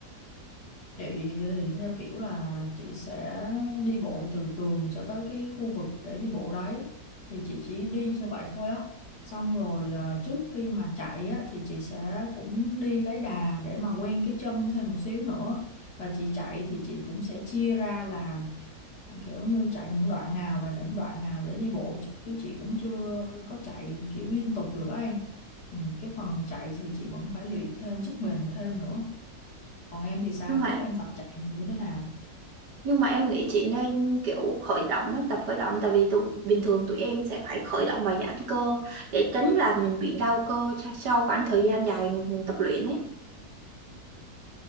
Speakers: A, on the left; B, on the right.
A: Chị thì theo kiểu là chị sẽ đi bộ từ trường cho tới cái khu vực để đi bộ đấy thì chị chỉ đi cho vậy thôi á xong rồi à, trước khi mà chạy á thì chị sẽ cũng đi lấy đà để mà quen cái chân thêm một xíu nữa và chị chạy thì chị cũng sẽ chia ra là kiểu như chạy những đoạn nào và những đoạn nào để đi bộ chứ chị cũng chưa có chạy kiểu liên tục được á em ừ, cái phần chạy thì chị vẫn phải luyện thêm sức bền thêm nữa còn em thì sao
B: Nhưng mà
A: lúc em tập chạy thì như thế nào
B: nhưng mà em nghĩ chị nên kiểu khởi động á, tập khởi động tại vì tụi bình thường tụi em sẽ phải khởi động và giãn cơ để tránh là mình bị đau cơ cho- sau khoảng thời gian dài mình tập luyện ấy